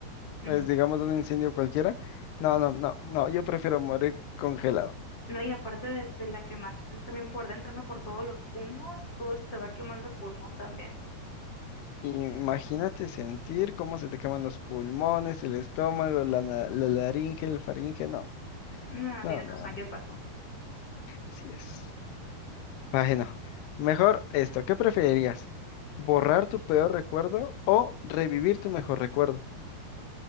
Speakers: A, on the left; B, on the left.
A: ujú.
B: es, digamos, un incendio cualquiera, no, no, no, no, yo prefiero morir congelado.
A: No, y aparte de, de la quemazón es también por dentro, ¿no? Por todos los humos, todo eso te va quemando el pulmón también.
B: Imagínate sentir cómo se te queman los pulmones, el estómago, la, na- la laringe, el faringe, no,
A: No,
B: no,
A: tienes
B: no,
A: razón, ya pasó.
B: sí es. Bueno, mejor esto, ¿qué preferirías? ¿Borrar tu peor recuerdo o revivir tu mejor recuerdo?